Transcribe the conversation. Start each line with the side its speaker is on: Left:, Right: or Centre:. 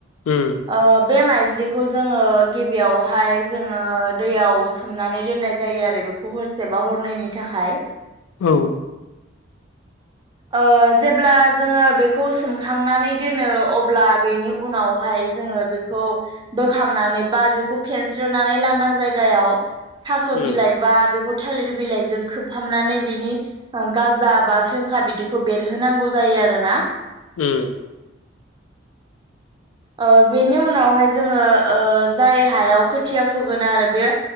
Left: उम
Right: ओ बे माइज्लि ज्लिखौ जोङो गिबियावहाय जोङो दैयाव सोमनानै दोननाय जायो आरो बेखौ हर सेबा हरनैनि थाखाय
Left: औ
Right: ओ जेब्ला जोङो बेखौ सोमखांनानै दोनो अब्ला बेनि उनावहाय जोङो बेखौ बोखांनानै बा बेखौ फेनस्रोनानै लांदां जायगायाव थास'
Left: उम
Right: बिलाइ बा बेखौ थालिर बिलाइजों खोबहाबनानै बिनि गाजा बा फेंखा बि बिदिखौ बेरहोनांगौ जायो आरो ना।
Left: उम
Right: ओ बेनि उनावहाय जोङो ओ जाय हायाव खोथिया फोगोन आरो बे